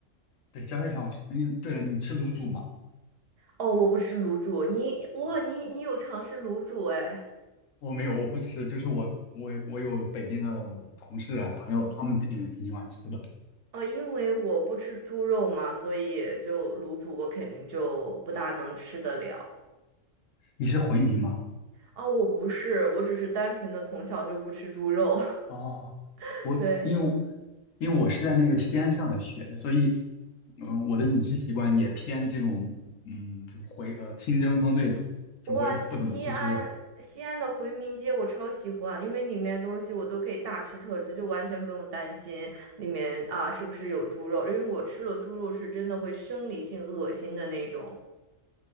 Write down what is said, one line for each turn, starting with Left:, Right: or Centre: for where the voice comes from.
Left: 对，焦圈儿挺好吃。嗯，对了，你吃卤煮吗？
Right: 哦，我不吃卤煮，你哇，
Left: 啊，
Right: 你你有尝试卤煮哎？
Left: 我没有，我不吃，就是我我我有北京的同事啊朋友，他们挺挺喜欢吃的。
Right: 哦，因为我不吃猪肉嘛，所以就卤煮我肯定就不大能吃得了。
Left: 你是回民吗？
Right: 哦，我不是，我只是单纯的从小就不吃猪肉，
Left: 哦，
Right: <laughs>
Left: 我因为
Right: 对。
Left: 因为我是在那个西安上的学，所以，嗯、我的饮食习惯也偏这种，嗯，这种回呃清蒸风味的，就我也不怎么吃猪肉。
Right: 哇，西安西安的回民街我超喜欢，因为里面东西我都可以大吃特吃，就完全不用担心里面啊是不是有猪肉，因为我吃了猪肉是真的会生理性恶心的那种，